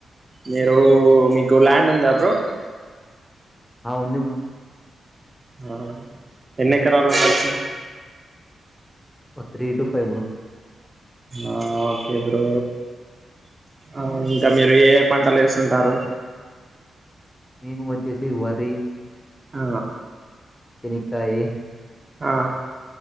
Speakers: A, on the right; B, on the left.
A: మీరు మీకు ల్యాండ్ ఉందా బ్రో
B: ఆ ఉంది బ్రో
A: ఆ ఎన్ని ఎకరాలు ఉండొచ్చు
B: ఆ త్రీ ఇటూ ఫైవ్ బ్రో
A: ఆ ఓకే బ్రో ఆ ఇంకా మీరు ఏ పంటలు వేస్తు ఉంటారు
B: మేము వచ్చేసి వరి
A: ఆ
B: ఎనిక ఈ
A: ఆ